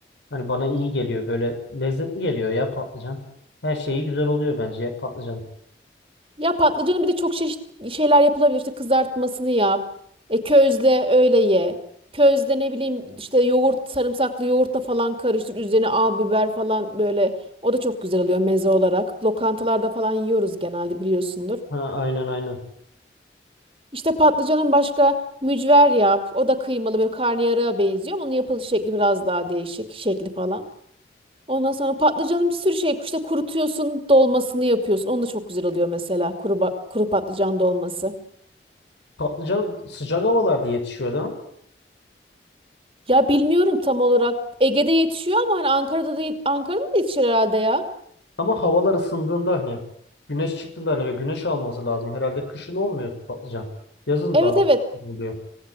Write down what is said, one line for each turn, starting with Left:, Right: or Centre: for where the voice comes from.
Left: Hani bana iyi geliyor böyle lezzetli geliyor ya patlıcan. Her şeyi güzel oluyor bence patlıcan.
Right: Ya patlıcanı bir de çok çeşitli şeyler yapılabilir. İşte kızartmasını yap. E, közle öyle ye. Közle ne bileyim işte yoğurt, sarımsaklı yoğurtla falan karıştır. Üzerine al biber falan böyle. O da çok güzel oluyor meze olarak. Lokantalarda falan yiyoruz genelde biliyorsundur.
Left: Ha aynen aynen.
Right: İşte patlıcanın başka mücver yap. O da kıymalı böyle karnıyarığa benziyor. ama Onun yapılış şekli biraz daha değişik. Şekli falan. Ondan sonra patlıcanın bir sürü şey işte kurutuyorsun, dolmasını yapıyorsun. Onu da çok güzel oluyor mesela kuru, ba- kuru patlıcan dolması.
Left: Patlıcan sıcak havalarda yetişiyor değil mi?
Right: Ya bilmiyorum tam olarak. Ege'de yetişiyor ama hani Ankara'da da yet- Ankara'da da yetişir herhalde ya.
Left: Ama havalar ısındığında hani güneş çıktığında hani ve güneş alması lazım. Herhalde kışın olmuyor patlıcan. Yazın
Right: Evet
Left: daha
Right: evet.
Left: oluyor.